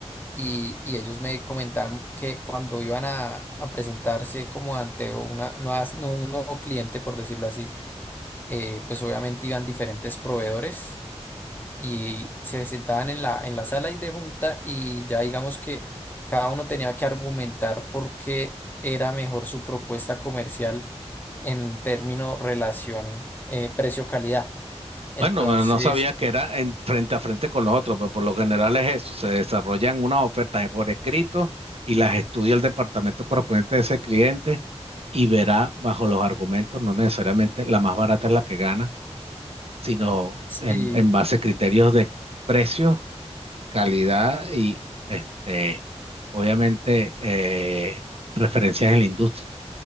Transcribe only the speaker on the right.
Bueno, no sabía que era en, frente a frente con los otros, pero por lo general es eso, se desarrollan unas ofertas por escrito y las estudia el departamento correspondiente de ese cliente y verá bajo los argumentos, no necesariamente la más barata es la que gana, sino
en, en base a criterios de precio, calidad y este, obviamente eh, referencias en la industria.